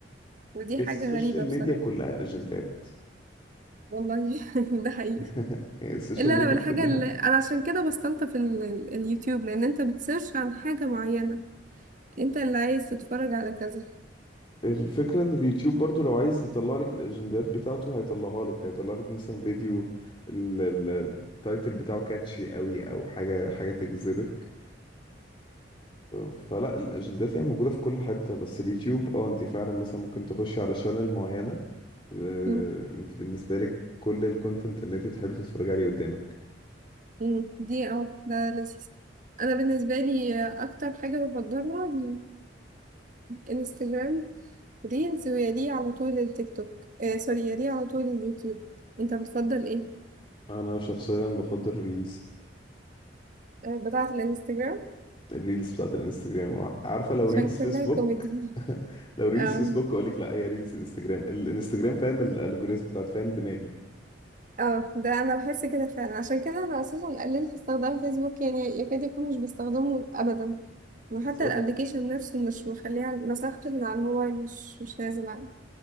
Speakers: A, on the right; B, on the left.
A: ودي
B: السوشيال
A: حاجة غريبة
B: ميديا
A: بصراحة
B: كلها اجندات
A: والله <laughs> ده حقيقي
B: <laughs> يعني السوشيال
A: الا
B: ميديا
A: لو الحاجة
B: كلها
A: اللي انا عشان كده بستلطف ال- ال- اليوتيوب لان انت بتسيرش عن حاجة معينة انت اللي عايز تتفرج على كذا
B: الفكرة ان اليوتيوب برضو لو عايز يطلع لك الاجندات بتاعته هيطلعها لك هيطلع لك مثلا فيديو ال- ال- التايتل بتاعه كاتشي قوي او حاجة حاجة تجذبك فلا الاجندات هي موجوده في كل حته بس اليوتيوب اه انت فعلا مثلا ممكن تخشي على شانل معينه آه،
A: مم.
B: انت بالنسبه لك كل الكونتنت اللي انت بتحبي تتفرجي عليه قدامك
A: مم. دي اه ده لذيذ انا بالنسبه لي اكتر حاجه بفضلها ال- الانستجرام ريلز ويليه على طول التيك توك آه سوري يليه على طول اليوتيوب انت بتفضل ايه
B: انا شخصيا بفضل الريلز
A: آه بتاعه الانستجرام
B: الريلز بتاعت الانستجرام آه، عارفه لو
A: عشان
B: ريلز
A: كلها
B: فيسبوك
A: كوميدي
B: <laughs>
A: <laughs>
B: لو ريلز
A: اه
B: فيسبوك اقول لك لا هي ريلز انستجرام الانستجرام فاهم الالجوريزم بتاعت فاهم دماغي
A: اه ده انا بحس كده فعلا عشان كده انا اساسا قللت استخدام فيسبوك يعني يكاد يكون مش بستخدمه ابدا وحتى
B: بالظبط
A: الابلكيشن نفسه مش مخليها مسحته من على الموبايل مش مش نازل عنه